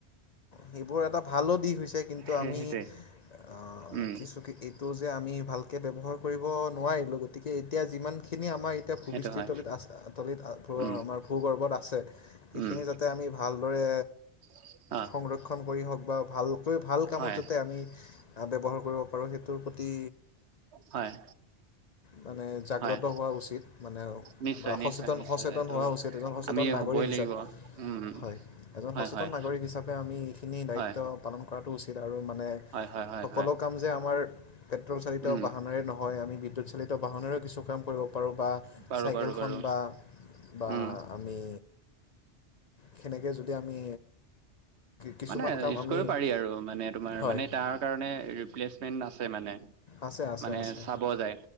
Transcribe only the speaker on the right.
সেই
সেইটোৱে
উম
সেইটো হয়
উম
উম
<inaudible>
হয়
হয়।
হয়
নিশ্চয়
নিশ্চয়
নিশ্চয় এইটো
আমি
হ'বই লাগিব।
উম
হয়
হয়
হয়
হয় হয় হয়
হয়
উম
পাৰো
পাৰো পাৰো
উম
মানে
ইউজ
কৰিব পাৰি আৰু মানে তোমাৰ
মানে তাৰকাৰণে ৰিপ্লেচমেণ্ট আছে মানে।
মানে
চাব যায়,